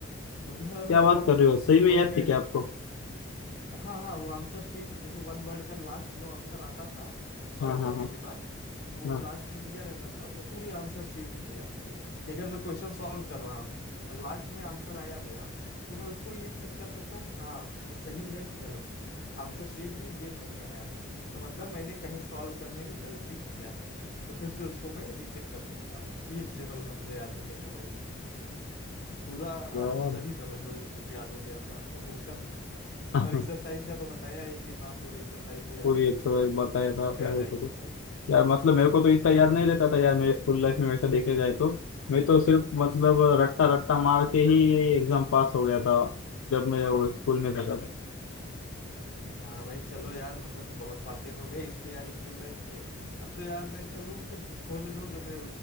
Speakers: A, on the left; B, on the left.
A: मतलब
B: क्या
A: <laughs> अगर
B: बात
A: उस
B: कर रहे हो सही
A: कोई
B: में याद
A: कहे
B: थी क्या आपको
A: हाँ हाँ वो आंसर शीट जैसे वन वर्ड का लास्ट जो आंसर आता था सॉल्व
B: हाँ हाँ
A: करने
B: हाँ
A: के बाद वो
B: हाँ
A: लास्ट में दिया रहता था वो पूरी आंसर शीट मुझे याद थी कि अगर मैं क्वेश्चन सॉल्व कर रहा हूँ और लास्ट में आंसर आया मेरा तो मैं उसको ये चेक कर सकता हूँ हाँ ये सही है कि गलत आंसर शीट में ये नहीं आया है तो मतलब मैंने कहीं सॉल्व करने में गलती किया है तो फिर से उसको मैं रीचेक कर सकता हूँ ये इस लेवल का मुझे याद हो गया था भाई पूरा
B: यार
A: आंसर ही समझ लो याद हो गया था <laughs> बुक का
B: <laughs>
A: और एक्सरसाइज का तो बताया ही कि हाँ पूरी एक्सरसाइज तो याद
B: पूरी
A: ही
B: एक्सरसाइज
A: हो गई थी
B: बताया
A: उसका
B: था
A: कुछ
B: आपने
A: कहना
B: वैसे
A: ही नहीं
B: तो
A: भाई
B: यार मतलब मेरे को तो इतना
A: अह,
B: याद नहीं रहता था यार मेरे स्कूल लाइफ में वैसा देखे जाए तो मैं तो सिर्फ मतलब रट्टा रट्टा मार के ही एग्जाम पास हो गया था जब मैं वो स्कूल में जाता था
A: हाँ भाई चलो यार मतलब कि बहुत बातें हो गई इस पे यार स्कूल लाइफ पे अब तो यार मैं चलूँ फिर खोज लूँ जो मैं